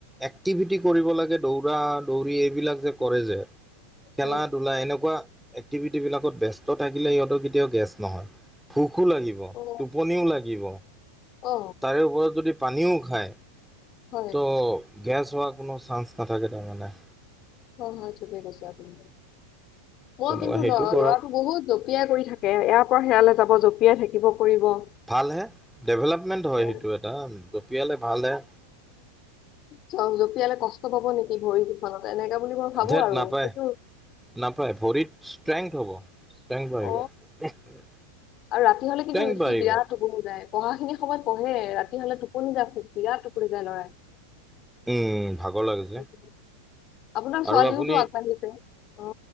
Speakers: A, in the centre; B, on the left.
A: এক্টিভিটি কৰিব লাগে দৌৰা দৌৰি এইবিলাক যে কৰে যে খেলা
B: উম
A: ধূলা এনেকুৱা এক্টিভিট বিলাকত ব্যস্ত থাকিলে সিহঁতৰ কেতিয়াও গেছ নহয় ভোকো লাগিব
B: অ
A: টোপনিও লাগিব
B: অ
A: তাৰে ওপৰত যদি পানীও খায়
B: হয়
A: ত' গেছ হোৱাৰ কোনো চান্স না থাকে তাৰমানে।
B: অ হয় থিকেই কৈছে আপনি। মই
A: তেনেকুৱা
B: কিন্তু
A: সেইটো
B: ল
A: কৰক
B: ল'ৰাটো বহুত জঁপিয়াই কৰি থাকে এয়াৰ পৰা সেয়ালে যাব জঁপিয়াই থাকিব কৰিব।
A: ভালহে ডেভেলপমেণ্ট হয়
B: এ
A: সেইটো এটা জপিয়ালে ভালহে।
B: চ জপিয়ালে কষ্ট পাব নেকি ভৰি পচনত এনেকা বুলি মই ভাবো
A: ধেত
B: আৰু
A: নাপায়
B: সেইটো
A: নাপায় ভৰিত ষ্ট্ৰেং হব ষ্ট্ৰং বাঢ়িব।
B: অ আৰু ৰাতি হলে
A: ষ্ট্ৰেংথ
B: কিন্তু সি
A: বাঢ়িব
B: বিৰাট টোপুবুদাই। পঢ়াখিনি সময়ত পঢ়ে ৰাতি হলে টোপনি যা বিৰাট টোপুৰি যায় লৰাই।
A: উম ভাগৰ লাগে
B: সেইটোৱে।
A: যে।
B: আপোনাৰ ছোৱালীওতো
A: আৰু আপুনি।
B: আগবাঢ়িছে অ